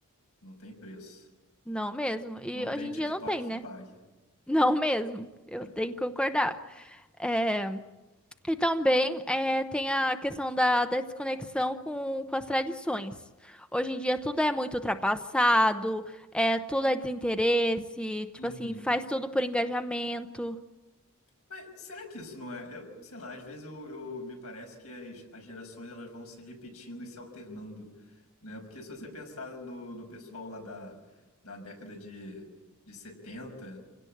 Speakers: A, on the left (about 80°); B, in the centre.
A: não tem preço.
B: Não mesmo. E
A: Não tem
B: hoje em
A: TikTok
B: dia não tem,
A: que
B: né?
A: pague.
B: <laughs> Não mesmo. Eu
A: né?
B: tenho que concordar. É, E também eh, tem a questão da, da desconexão com, com as tradições. Hoje em dia tudo é muito ultrapassado, é, tudo é desinteresse, tipo
A: Uhum.
B: assim, faz tudo por engajamento.
A: Mas será que isso não é? Eu, sei lá, às vezes eu, eu- me parece que as, as gerações elas vão se repetindo e se alternando, né? Porque se você pensar no, no pessoal lá da, da década de, de setenta